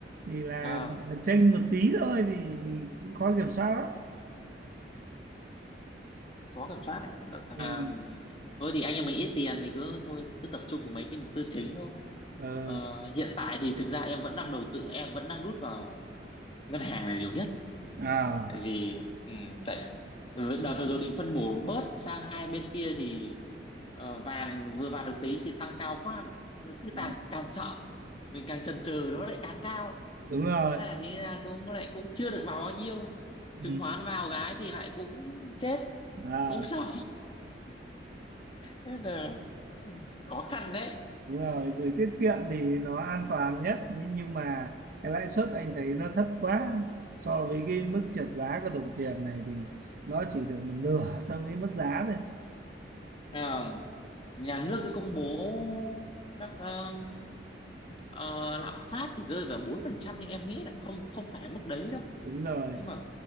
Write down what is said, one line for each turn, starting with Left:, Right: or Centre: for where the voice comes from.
Right: thì là
Left: <laughs> à,
Right: là chênh một tí thôi thì cũng khó kiểm soát lắm
Left: khó kiểm soát đấy và
Right: ừ.
Left: thôi thì anh em mình ít tiền thì cứ thôi cứ tập trung vào mấy cái tư chính thôi
Right: Ờ,
Left: Ờ, hiện tại thì thực ra em vẫn đang đầu tư em vẫn đang đút vào ngân hàng là nhiều nhất
Right: à
Left: tại vì ừ, tại đợt vừa rồi định phân bổ bớt sang hai bên kia thì ờ, vàng vừa vào được tí thì tăng cao quá cứ
Right: ừ,
Left: càng càng sợ mình càng chần chừ nó lại càng cao
Right: đúng rồi
Left: thế là thì ra cũng lại cũng chưa được vào bao nhiêu chứng
Right: ừ.
Left: khoán vào cái thì lại cũng chết
Right: à
Left: cũng sợ thế là ừ, khó khăn đấy
Right: đúng rồi gửi tiết kiệm thì nó an toàn nhất Nhĩ- nhưng mà cái lãi suất anh thấy nó thấp quá so với cái mức trượt giá của đồng tiền này thì nó chỉ được một nửa so với mức giá thôi
Left: à, nhà nước cứ công bố các ờ, ờ, lạm phát chỉ rơi vào bốn phần trăm nhưng em nghĩ là không không phải mức đấy đâu
Right: đúng rồi
Left: nhưng mà